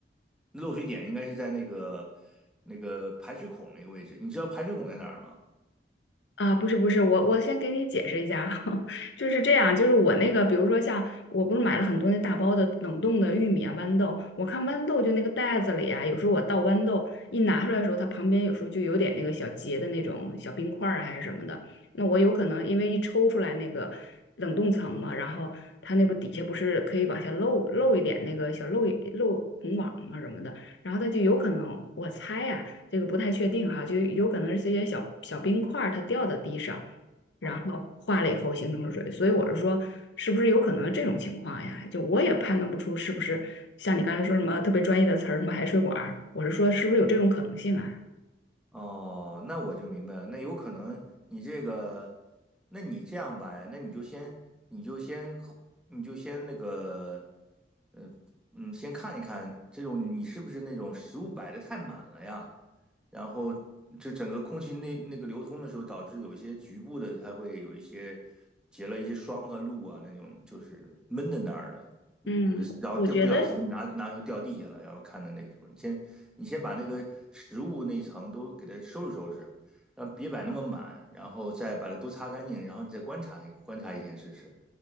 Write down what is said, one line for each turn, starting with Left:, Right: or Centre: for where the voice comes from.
Centre: 漏水点应该是在那个那个排水孔那个位置，你知道排水孔在哪儿吗？
Left: 啊，不是不是，我我先给你解释一下啊，<laughs> 就是这样，就是我那个，比如说像我不是买了很多那大包的冷冻的玉米啊、豌豆，我看豌豆就那个袋子里啊，有时候我倒豌豆一拿出来的时候，它旁边有时候就有点那个小结的那种小冰块儿啊还是什么的，那我有可能因为一抽出来那个冷冻层嘛，然后它那不底下不是可以往下漏漏一点那个小漏漏孔网嘛什么的，然后它就有可能我猜呀、这个不太确定哈，就有可能是这些小小冰块儿它掉到地上，然后化了以后形成了水，
Centre: 哦，
Left: 所以我是说，是不是有可能这种情况呀？就我也判断不出是不是像你刚才说什么特别专业的词儿，什么海水管儿，我是说是不是有这种可能性啊？
Centre: 哦，那我就明白了。那有可能你这个，那你这样吧，那你就先，你就先，你就先那个，呃，嗯，先看一看这种你是不是那种食物摆的太满了呀？然后这整个空气那那个流通的时候，导致有一些局部的它会有一些结了一些霜和露啊，那种就是闷在那儿的。
Left: 嗯，
Centre: 嗯然后掉不小心拿拿手掉地下了，
Left: 我觉得。
Centre: 然后看的那个什么，你先你先把那个食物那一层都给它收拾收拾，让别摆那么满，然后再把它都擦干净，然后你再观察观察一天试试。